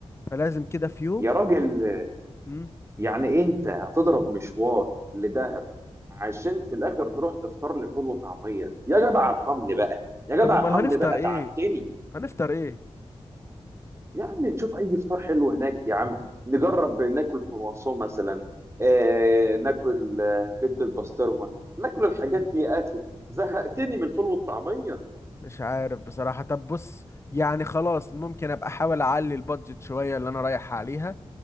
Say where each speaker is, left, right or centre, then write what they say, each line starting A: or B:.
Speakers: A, on the left (about 25°); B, on the right (about 25°).
A: فلازم كده في يوم
B: يا راجل
A: مم.
B: يعني انت هتضرب مشوار لدهب عشان في الاخر تروح تفطر لي فول وطعميه يا جدع ارحمني بقى يا
A: طب
B: جدع
A: امال
B: ارحمني
A: هنفطر
B: بقى
A: ايه
B: تعبتني
A: هنفطر ايه
B: يا عم نشوف اي فطار حلو هناك يا عم نجرب ناكل كرواسون مثلا آه ناكل آه، بيض بالبسطرمه ناكل الحاجات دي يا اخي زهقتني من الفول والطعميه
A: مش عارف بصراحة طب بص يعني خلاص ممكن ابقى احاول اعلي البادجت شوية اللي انا رايح عليها